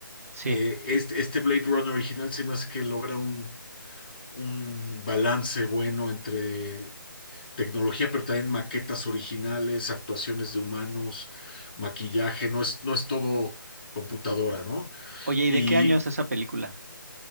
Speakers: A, on the right; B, on the left.
A: Sí.
B: Eh, este, este Blade Runner original se me hace que logra un, un balance bueno entre tecnología, pero también maquetas originales, actuaciones de humanos, maquillaje, no es, no es todo computadora, ¿no?
A: Oye, ¿y
B: Y
A: de qué año es esa película?